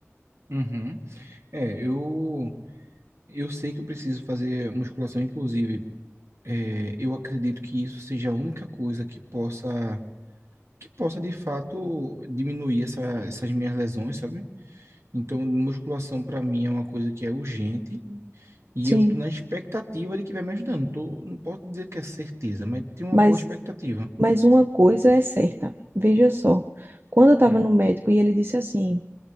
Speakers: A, on the right; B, on the right.
A: Uhum. É, eu eu sei que eu preciso fazer musculação, inclusive É, eu acredito que isso seja a única coisa que possa, que possa de fato diminuir essa, essas minhas lesões, sabe? Então, musculação para mim é uma coisa que é urgente e
B: Sim,
A: eu tô na expectativa de que vai me ajudando. Tô, não posso dizer que é certeza, mas tenho uma
B: Mas
A: boa expectativa.
B: Mas uma coisa é certa, veja só. Quando eu estava
A: Hum,
B: no médico e ele disse assim,